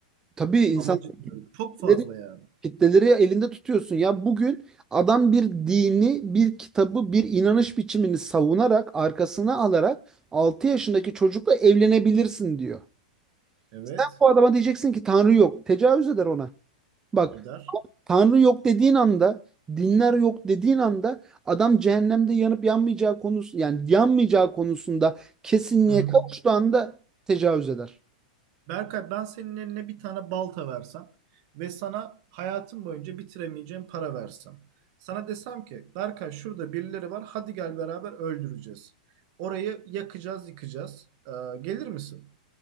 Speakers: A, on the right; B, on the right.
A: Tabii insan
B: Amacı diyorum. Çok
A: kitleleri,
B: fazla yani.
A: kitleleri elinde tutuyorsun. Ya bugün adam bir dini, bir kitabı, bir inanış biçimini savunarak, arkasına alarak 6 yaşındaki çocukla evlenebilirsin diyor.
B: Evet.
A: Sen bu adama diyeceksin ki Tanrı yok. Tecavüz eder ona. Bak
B: Eder.
A: Tanrı yok dediğin anda, dinler yok dediğin anda adam cehennemde yanıp yanmayacağı konusu yani yanmayacağı konusunda kesinliğe
B: Hı hı.
A: kavuştuğu anda tecavüz eder.
B: Berkay ben senin eline bir tane balta versem ve sana hayatım boyunca bitiremeyeceğim para versem. Sana desem ki Berkay şurada birileri var hadi gel beraber öldüreceğiz. Orayı yakacağız yıkacağız. Ee, gelir misin?